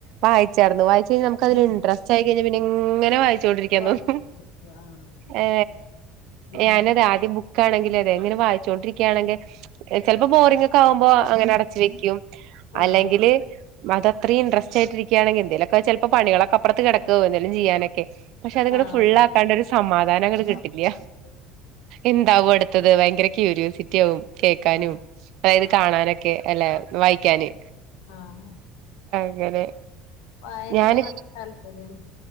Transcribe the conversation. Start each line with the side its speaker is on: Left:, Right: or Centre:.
Right: വായിച്ചാരുന്നു വായിച്ച് കഴിഞ്ഞ ന <inaudible> ച്ചായി കഴിഞ്ഞാ പിന്നെങ്ങനെ വായിച്ചോണ്ടിരിക്കാൻ
Left: വായി
Right: തോന്നും
Left: ആഹ് അതന്നെ
Right: ഏ
Left: ഉം
Right: ഞാനൊരാദ്യം ബുക്കാണെങ്കിൽ ഇങ്ങനെ വായിച്ചോണ്ടിരിക്കുകയാണെങ്കിൽ ചിലപ്പോ ബോറിങ്ങൊക്കെ ആകുമ്പോ അങ്ങനെ അടച്ച് വെക്കും
Left: ആഹ്
Right: അല്ലെങ്കില് അതത്രെ ഇൻട്രസ്റ്റ് ആയിട്ടിരിക്കുകയാണെങ്കിൽ എന്തേലൊക്കെ ചിലപ്പോ പണികളൊക്ക അപ്പുറത്ത് കിടക്കാവും എന്തേലും ചെയ്യാനൊക്കെ പക്ഷെ അതങ്ങട്ട്
Left: ആഹ്
Right: ഫുള്ളാക്കാണ്ട്
Left: അതെ അതെ
Right: ഒരു സമാധാനം അങ്ങട്ട് കിട്ടില്ല
Left: ആഹ് അതന്നെ
Right: എന്താവും അടു അത് ഭയങ്കര ക്യൂരിയോസിറ്റി ആവും കേൾക്കാനും
Left: ആഹ്
Right: അതായത്
Left: ആഹ്
Right: കാണാനൊക്കെ അല്ലേ വായിക്കാന്
Left: ആഹ്
Right: അങ്ങനെ
Left: അയനൊക്കെ
Right: ഞാന്
Left: നല്ല താല്പര്യം